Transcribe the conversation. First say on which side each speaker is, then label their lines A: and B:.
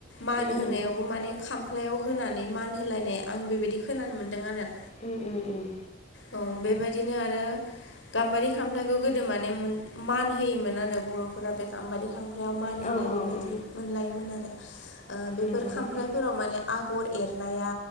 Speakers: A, on the left; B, on the left.
A: मान
B: उम
A: होनायावबो माने खामफ्लायाव होनानै मान होलायनाय आं बेबायदि खोनानो मोनदों आरो।
B: उम उम। उम
A: औ बेबायदिनो आरो गाम्बारि खामफ्लायखौ गोदो माने मोन मान होयोमोन आरो बर फोरा बे खाम्बारि खाम्लायाव मान
B: औ
A: होनाय
B: औ
A: बेबायदि
B: औ
A: मोनलायोमोन आरो बेफोर
B: नंगौ
A: खामफ्लायफोराव
B: नंगौ
A: माने आगर एरनाया